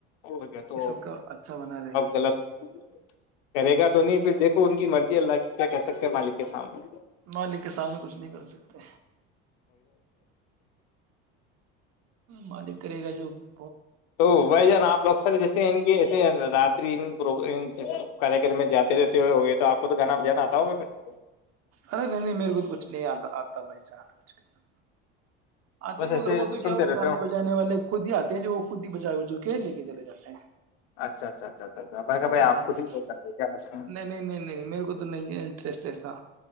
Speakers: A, on the left; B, on the right.
A: اور کیا تو
B: یہ سب کا اچھا بنا رہے
A: غلط <unintelligible> کرے گا تو نہیں پھر دیکھو ان کی مرضی اللہ کی کیا کہہ سکتے ہیں مالک کے سامنے
B: مالک کے سامنے کچھ نہیں کر سکتے مالک کرے گا جو ج <unintelligible> <inaudible>
A: تو بھ جان آپ ل اکثر جیسے ان کے ایے راتری <unintelligible> کے کر میں جاتے رہتے ہوئے ہو گئے تو آپ کو تو گانا بجانا آتا ہوگا پھر
B: ارے نہیں نہیں میرے کو تو کچھ نہیں آتا آتا بھائی جان کچھ کرنا آتے
A: بس
B: ہیں مگر
A: ایسے
B: وہ تو کیا
A: سنتے
B: وہ
A: رہتے
B: گانے
A: ہو
B: بجانے والے خود ہی آتے ہیں جو وہ خود ہی بجائے بج کے لے کے چلے جاتے ہیں
A: اچھا اچھا اچھا اچھا اچھا میں کہ بھائی آپ
B: ہ ہ
A: خود ہی لوگ کرتے کیا بس
B: نہیں نہیں نہیں نہیں میرے کو تو نہیں ہے ٹرسٹ ایسا